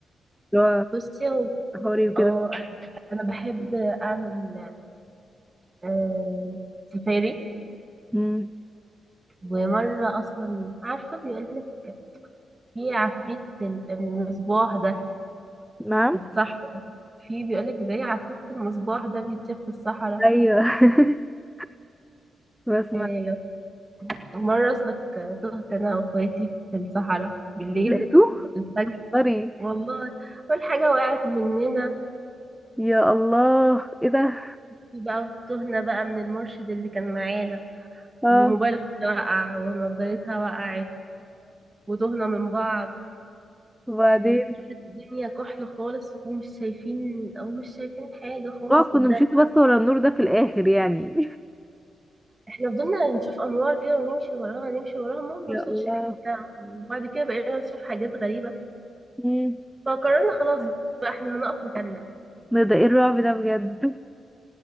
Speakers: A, in the centre; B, on the right.
A: اللي
B: بصي هو-
A: هو حوري وكده
B: اه انا بحب اعمل آه، سفاري
A: مم.
B: ومره اصلا عارفه بيقولك في عفريت ال- المصباح ده
A: نعم
B: صح في بيقولك زي عفريت المصباح ده بيتشاف في الصحراء
A: ايوه <laughs> بسمع
B: آه، مرة أصلك تهت أنا وأخواتي في الصحراء بالليل
A: لقيته
B: الفجر
A: طري
B: والله أول حاجة وقعت مننا
A: يا الله ايه ده
B: في بقى تهنا بقى من المرشد اللي كان معانا
A: اه
B: وموبايل أختي وقع ونضارتها وقعت وتهنا من بعض
A: وبعدين
B: وكانت الدنيا كحل خالص ومش شايفين أو مش شايفين حاجة خالص
A: اه
B: قدام
A: كنا مشيت بس ورا النور ده في الاخر يعني
B: احنا فضلنا نشوف انوار كده ونمشي وراها نمشي وراها ما بنوصلش
A: <laughs> يا الله
B: لحتة وبعد كده بقينا نشوف حاجات غريبة
A: مم.
B: فقررنا خلاص بقى احنا هنقف مكاننا
A: ده ده ايه الرعب ده بجد